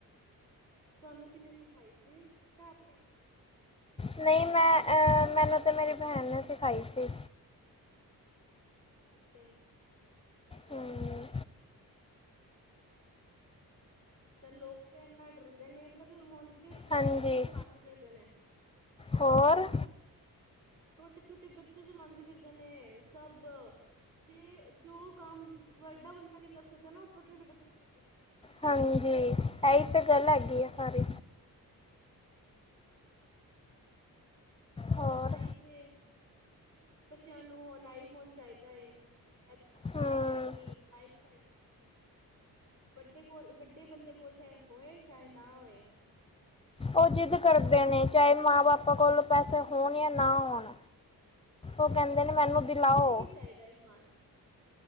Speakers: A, on the right; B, on the left.
A: ਤੁਹਾਨੂੰ ਕਿੰਨੇ ਸਿਖਾਈ ਸੀ ਜਾਂ ਆਪੇ
B: ਨਹੀਂ ਮੈਂ ਅਹ ਮੈਨੂੰ ਤੇ ਮੇਰੀ ਭੈਣ ਨੇ ਸਿਖਾਈ ਸੀ
A: ਅੱਛਾ ਵਧੀਆ ਗੱਲ
B: ਹਮ
A: ਅੱਛਾ ਲੋਕ ਤੇ ਇਨਾ ਡਰਦੇ ਨੇ ਪਰ ਹੁਣ ਤੇ ਛੋਟੇ
B: ਹਾਂਜੀ
A: ਛੋਟੇ ਬੱਚੇ ਚਲਾਉਦੇ ਫਿਰਦੇ ਨੇ
B: ਹੋਰ
A: ਛੋਟੇ ਛੋਟੇ ਬੱਚੇ ਚਲਾਉਂਦੇ ਫਿਰਦੇ ਨੇ ਸਭ ਜੇ ਜੋ ਕੰਮ ਵੱਡਾ ਬੰਦਾ ਨੀ ਕਰ ਸਕਦਾ ਨਾ ਉਹ ਛੋਟੇ ਛੋਟੇ ਬੱਚੇ ਕਰਦੇ ਨੇ ਹੁਣ
B: ਹਾਂਜੀ ਇਹੀ ਤਾਂ ਗੱਲ ਹੈਗੀ ਆ ਸਾਰੀ
A: <inaudible>
B: ਹੋਰ
A: ਤ ਹੀ ਤੇ ਛੋਟੇ ਛੋਟੇ ਬੱਚਿਆਂ ਨੂੰ ਹੁਣ ਆਈ ਫੋਨ ਚਾਹੀਦਾ ਹੈ ਐਕਟੀਵਾ ਚਾਹੀਦੀ
B: ਹਮ
A: ਹੈ ਆਪਣੀ ਬਾਈਕ ਚਾਹੀਦੀ ਹੈ ਵੱਡੇ ਕੋਲ ਵੱਡੇ ਬੰਦੇ ਕੋਲ ਚਾਹੇ ਹੋਏ ਚਾਹੇ ਨਾ ਹੋਏ
B: ਉਹ ਜਿੱਦ ਕਰਦੇ
A: ਛੋਟੇ
B: ਨੇ
A: ਬੱਚੇ
B: ਚਾਹੇ ਮਾਂ ਬਾਪਾ ਕੋਲ ਪੈਸੇ ਹੋਣ ਜਾਂ ਨਾ ਹੋਣ
A: ਸਹੀ ਗੱਲ
B: ਉਹ
A: ਹੈ
B: ਕਹਿੰਦੇ
A: ਉਹਨਾ
B: ਨੇ
A: ਨੂੰ
B: ਮੈਨੂੰ
A: ਚਾਹੀਦਾ
B: ਦਿਲਾਓ
A: ਕੀ ਚਾਹੀਦਾ ਹੈ ਸਮਾਨ